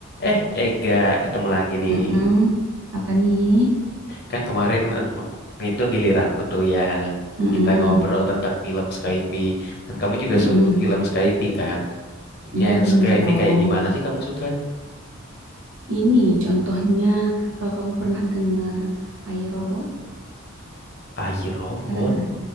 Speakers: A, on the left; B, on the right.
A: Eh, Ega, ketemu lagi nih.
B: Mm-mm. Apa nih?
A: Kan kemarin eh, itu giliranku tuh yang
B: Mm-mm.
A: kita ngobrol tentang film Skyfi. Dan kamu juga
B: Mm-mm.
A: su film Skyfi kan?
B: Iya
A: Yang
B: bener
A: Skyfi
B: dong.
A: kayak gimana sih kamu suka?
B: Ini contohnya kalau kamu pernah dengar iRobot,
A: AI Robot?
B: pernah dengar?